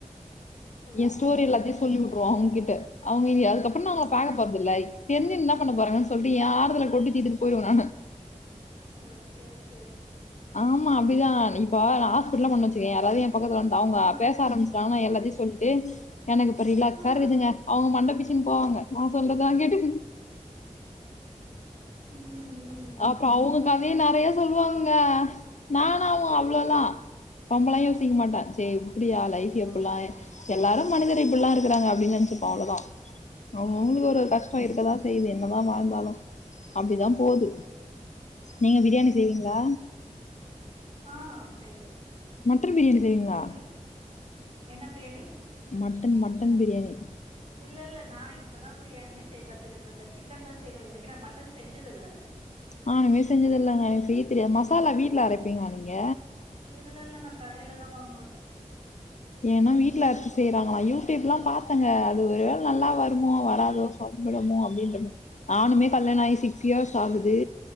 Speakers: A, on the right; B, on the left.
A: ஓகே
B: எ ஸ்டோரி
A: ஓகே
B: எல்லாத்தையு சொல்லி வி ட்ருவோ அவங்ககிட்ட அவங்க இ அதுக்கப் நா அவங்க
A: ம்
B: ப போறதுல்ல தெரிஞ்சு
A: ஆ
B: என்ன பண்ண போறாங்க சொல்லிட்டு ஏன் ஆறுதுல கொட்டி தீட்டு போயிடுவே நானு
A: ஓகே ஓகே
B: ஆமா அப்படிதா இப்ப ஹாஸ்பிடல்ல <unintelligible> யாராவது
A: ம்
B: என் பக்கத்துல வந்தா அவங்க
A: ம்
B: பேச ஆரம்பச்சாங்கா
A: ஓகே
B: எல்லாத்தையு சொல்ட்டு எனக்கு இப்ப ரிலாக்ஸா
A: ஆ
B: இருக்குதுங்க அவங்க மண்ட பிச்சுன் போவாங்க நா சொல்றதுதா கேட்டு
A: ம் ம்
B: அப்பற அவங்க கதையையு நெறைய சொல்லுவாங்க நானு
A: ஓகே
B: அவ்வளதா
A: ஓகே
B: ரொம்பலா யோசிக்க
A: ம்
B: மாட்ட சரி இப்படியா லைஃப் எப்பல்லா
A: ஓகே ஓகே
B: எல்லாரு மனிதரை இப்படில்லா இருக்கிறாங்க அப்படின்னு நெனைச்சுப்போ அவ்ளதா அவங்க அவங்களுக்கு
A: ம்
B: ஒரு கஷ்ட இருக்கிறதா செய்து என் என்னதா வாழ்ந்தாலு அப்படிதா போது நீங்க பிரியாணி
A: ம்
B: செய்வீங்களா
A: ம் ஆ செய்வ
B: மட்டன் பிரியாணி செய்வீங்களா?
A: நீங்க என்ன பிரியாணி
B: மட்டன் மட்டன் பிரியாணி
A: இல்ல இல்ல நா இப்பதா பிரியாணியே செய் கத்துக்கிட்ருக்கே சிக்கன் தா செய்வே இது வரைக்கும் நா மட்டன் செஞ்சதுல்ல
B: நானுமே செஞ்சதில்லங்க எனக் செய்ய தெரியாது மசாலா வீட்ல அரைப்பீங்ளா நீங்க
A: இல்லல்ல நா கடைல தா வாங்குவே
B: ஏனா வீட்ல அரச்சு செய்யறாங்களா யூடியூப்ல பாத்தங்க அது ஒருவேள நல்லா வருமோ
A: ஓகே
B: வராதோ ப்ராப்ளமோ அப்டின்ற மார் நானுமே கல்யாணாயி சிக்ஸ் இயர்ஸ் ஆகுது